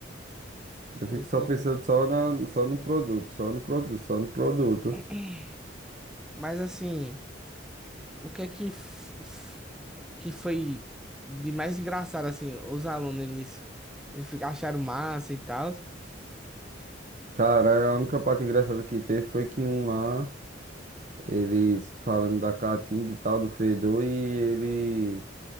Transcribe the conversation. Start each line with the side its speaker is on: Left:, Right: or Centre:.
Right: Eu
Centre: Tô
Right: fico
Centre: entendendo.
Right: só pensando só, na, só no produto, só no produto, só no produto.
Centre: <clears throat> Mas assim, o que é que, f- f- que foi de mais engraçado, assim? Os alunos, eles, eles fi- acharam massa e tal.
Right: Cara, a única parte engraçada que teve foi que um lá, eles falando da caatinga e tal, do fedor, e ele.